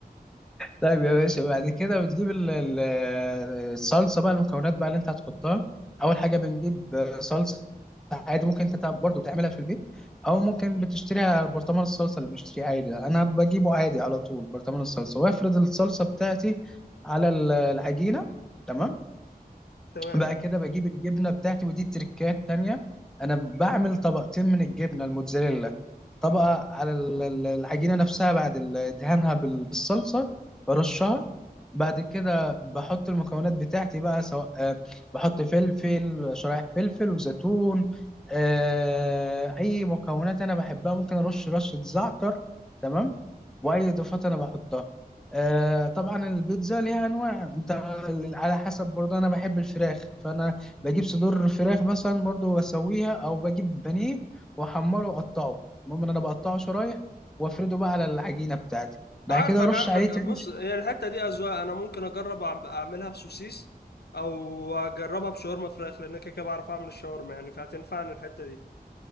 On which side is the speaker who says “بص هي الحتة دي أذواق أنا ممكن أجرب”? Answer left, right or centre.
Left